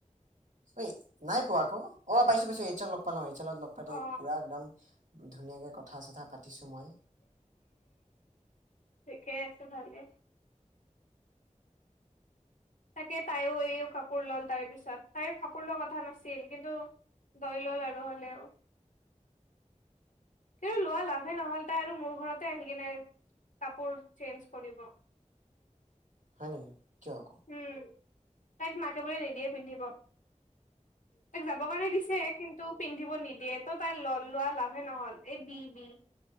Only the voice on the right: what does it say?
অই, নাই পোৱা আকৌ, অ পাইছো-পাইছো, এইডছক লগ পালো, এইডছত লগ পাতে
পুৰা একদম ধুনীয়াকৈ কথা-চথা পাতিছোঁ মই।
হয় নেকি কিয় আকৌ?